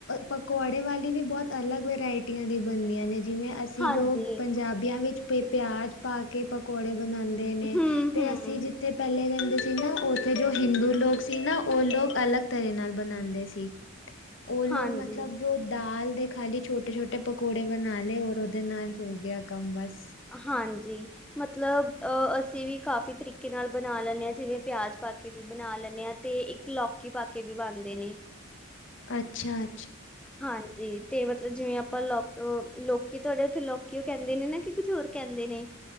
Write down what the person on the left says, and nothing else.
ਪਕੌੜੇ ਵਾਲੀ ਵੀ ਬਹੁਤ ਅਲੱਗ ਵਰਾਇਟੀਆਂ ਦੀ ਬਣਦੀਆਂ ਨੇ ਜਿਵੇਂ ਅਸੀਂ
ਲੋਕ ਪੰਜਾਬੀਆਂ ਵਿੱਚ ਪਿਆਜ ਪਾ ਕੇ ਪਕੌੜੇ ਬਣਾਉਂਦੇ ਨੇ
ਤੇ
ਅਸੀਂ ਜਿੱਥੇ ਪਹਿਲੇ ਰਹਿੰਦੇ ਸੀ ਨਾ ਉੱਥੇ ਜੋ ਹਿੰਦੂ ਲੋਕ ਸੀ ਨਾ ਉਹ ਲੋਕ ਅਲੱਗ ਤਰ੍ਹਾਂ ਨਾਲ ਬਣਾਉਂਦੇ ਸੀ ਉਹ ਲੋਕ
ਮਤਲਬ ਜੋ ਦਾਲ ਦੇ ਖਾਲੀ ਛੋਟੇ ਛੋਟੇ ਪਕੌੜੇ ਬਣਾ ਲਏ ਔਰ ਉਹਦੇ ਨਾਲ ਹੋ ਗਿਆ ਕੰਮ ਬਸ
ਅੱਛਾ